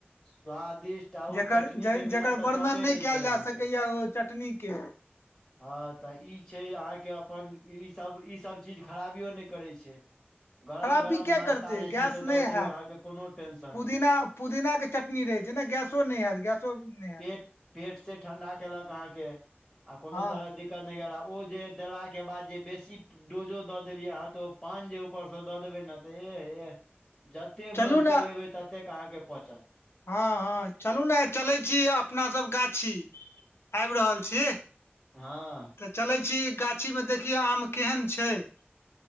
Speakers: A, on the left; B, on the left.
A: स्वादिष्ट आ ओ
B: ज
A: चटनी के बिना
B: जकर
A: तऽ
B: वर्णन
A: चॉपे
B: नय
A: नहि
B: कयल
A: छै अहाँ
B: जा
A: के
B: सकैये ओ चटनी चटनी के
A: हँ तऽ ई छै अहाँ के अपन ई सब ई सब चीज खराबियो नय करे छै गरम
B: खराबी
A: गरम
B: किया
A: नास्ता
B: करतै
A: जे
B: गैस
A: छै से
B: नहि
A: दऽ दियौ
B: हैत
A: अहाँके कोनो टेंशन
B: पुदीना
A: नय
B: पुदीना के चटनी रहे छै ने गैसो नै हैत गैस <unintelligible> नै
A: पेट पेट से ठंडा केलक अहाँ के आ कोनो
B: हँ
A: तरह दिक करने गेला ओ जे देलाके बाद जे बेसी डोजो दऽ देलियै अहाँ तो पान जे ऊपर से दऽ देबै ने तऽ ऐह ऐह जत जते
B: चलू
A: मुँह
B: ने
A: चलेबै ततेक अहाँके पचत
B: हँ हँ चलू ने चलै छी अपना सब गाछी आइब रहल छी
A: हँ
B: तऽ चलै छी गाछीमे देखियौ आम केहन छय